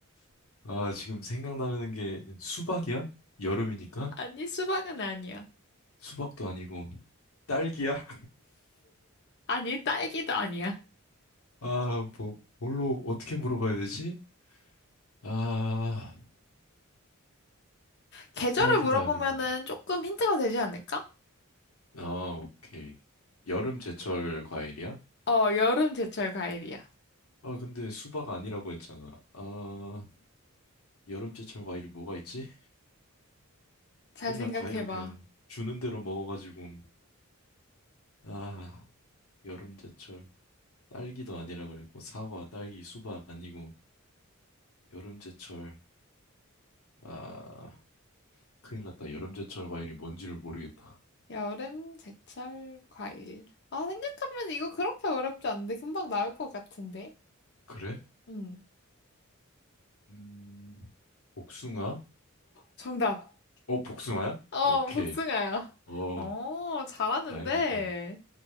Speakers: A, on the left (about 85°); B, on the left (about 50°).
A: <laughs> 아, 지금 생각나는 게 수박이야? 여름이니까?
B: 아니 수박은 아니야.
A: 수박도 아니고. 딸기야?
B: 아니, 딸기도 아니야.
A: 아, 뭐, 뭘로, 어떻게 물어봐야 되지? 아,
B: 계절을
A: 딸기도
B: 물어보면은
A: 아니고.
B: 조금 힌트가 되지 않을까?
A: 아, 오케이. 여름 제철 과일이야?
B: 어, 여름, 제철, 과일이야.
A: 아, 근데 수박 아니라고 했잖아. 아, 여름 제철 과일이 뭐가 있지?
B: 잘
A: 맨날
B: 생각해봐.
A: 과일은 그냥 주는 대로 먹어가지고. 아, 여름 제철. 딸기도 아니라고 그랬고, 사과, 딸기, 수박 아니고, 여름 제철. 아, 큰일 났다. 여름 제철 과일이 뭔지를 모르겠다.
B: 여름, 제철, 과일. 아, 생각하면 이거 그렇게 어렵지 않은데 금방 나올 것 같은데.
A: 그래?
B: 음,
A: 음, 복숭아?
B: 정답.
A: 어, 복숭아야?
B: 어,
A: 오케이.
B: 복숭아야.
A: 어,
B: 어, 잘하는데.
A: 다행이다.